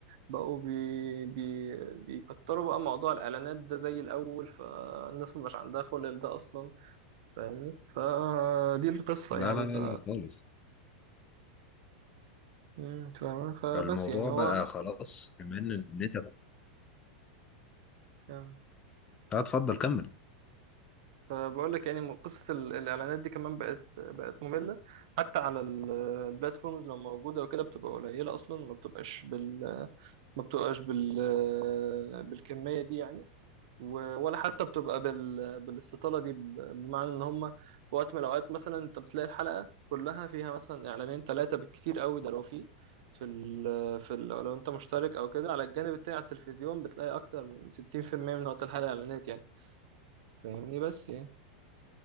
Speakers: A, on the right; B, on the left.
A: بقوا بي... بي... بيكتروا بقى موضوع الإعلانات ده زي الأول فالناس مبقاش عندها خلل ده أصلا فاهمني فدي القصة
B: لا
A: يعني
B: لا لا
A: ف
B: لا خالص
A: مم، فاهمة فبس
B: الموضوع
A: يعني هو
B: بقى خلاص كمان ان انت لا،
A: يعني
B: اتفضل كمل
A: فبقول لك يعني م- قصة ال- الإعلانات دي كمان بقت بقت مملة حتى على البلاتفورمز لو موجودة وكده بتبقى قليلة أصلا ما بتبقاش بال ما بتبقاش بال بالكمية دي يعني و- ولا حتى بتبقى بال... بالاستطالة دي ب- بمعنى ان هم في وقت من الاوقات مثلا انت بتلاقي الحلقة كلها فيها مثلا اعلانين ثلاثة بالكتير قوي ده لو في في ال... في ال... لو انت مشترك او كده على الجانب التاني على التلفزيون بتلاقي اكتر من 60% من وقت الحلقة اعلانات يعني فاهمني بس يعني